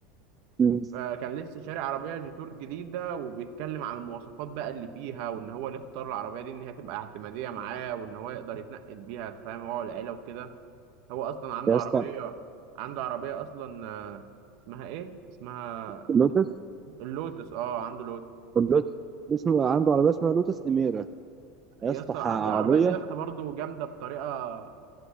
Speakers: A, on the right; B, on the right.
A: مم.
B: فكان لسه شاري عربيه جيتور جديده وبيتكلم عن المواصفات بقى اللي فيها وان هو اللي اختار العربيه دي ان هي تبقى اعتماديه معاه وان هو يقدر يتنقل بيها أنت فاهم هو والعيله وكده هو اصلا عنده
A: يا اسطى
B: عربيه عنده عربيه اصلا آه، اسمها ايه اسمها
A: لوتس
B: اللوتس اه عنده لوتس
A: اللوتس اسمه عنده عربيه اسمها لوتس اميره
B: يا
A: يا اسطى
B: اسطى
A: ح-
B: الع-
A: عربيه
B: العربيه دي يا اسطى برضه جامده بطريقه